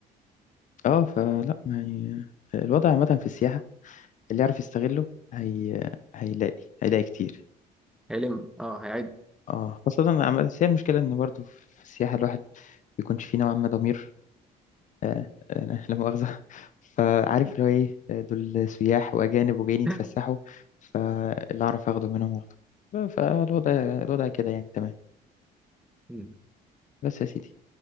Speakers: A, on the left; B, in the centre.
A: اه فلا يعني آه، الوضع عامة في السياحة اللي يعرف يستغله هي... هيلاقي هيلاقي كتير
B: هيلم اه هيعد
A: اه خاصة عم- بس هي المشكلة إن برضو في السياحة الواحد بيكونش فيه نوعا ما ضمير آه، آه، لا مؤاخذة فعارف اللي هو إيه آه، دول سياح وأجانب وجايين يتفسحوا
B: <laughs>
A: فاللي أعرف أخده منهم أخده ف- فالوضع الوضع كده يعني تمام
B: مم.
A: بس يا سيدي